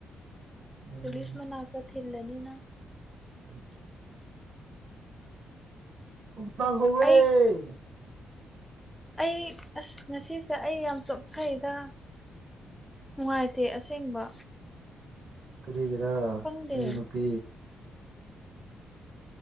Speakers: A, on the right; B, in the centre.
A: ꯎꯝ
B: ꯄꯨꯂꯤꯁ ꯃꯅꯥꯛꯇ ꯊꯤꯜꯂꯅꯤꯅ
A: ꯎꯝ ꯂꯥꯡ ꯍ ꯂꯩꯦ
B: ꯑꯩ ꯑꯩ ꯑꯁ ꯉꯁꯤꯁꯦ ꯑꯩ ꯌꯥꯝ ꯆꯣꯊꯩꯗ ꯅꯨꯡꯉꯥꯏꯇꯦ ꯑꯁꯦꯡꯕ
A: ꯀꯔꯤꯒꯤꯔꯥ
B: ꯈꯪꯗꯦ
A: ꯑꯩꯪꯒꯤ ꯅꯨꯄꯤ